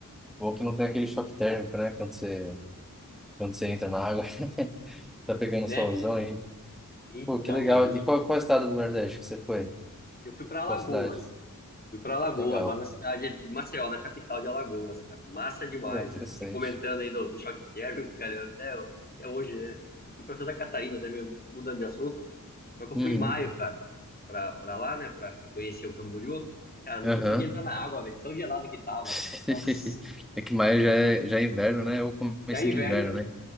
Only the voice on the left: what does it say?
Né?
Então,
cara,
Eu fui para Alagoas.
Fui para Alagoas,
lá na cidade de Maceió, na capital de Alagoas, cara. Massa demais,
né? Você comentando aí do, do choque térmico, <laughs> cara, eu até, até hoje, né? Eu fui para Santa Catarina também, mudando de assunto. Só que eu
fui em maio, cara, pra, pra lá, né, pra, pra conhecer o Camboriú. Cara, não
conseguia entrar na água, velho, tão gelado que tava,
mano. Nossa.
Já é inverno,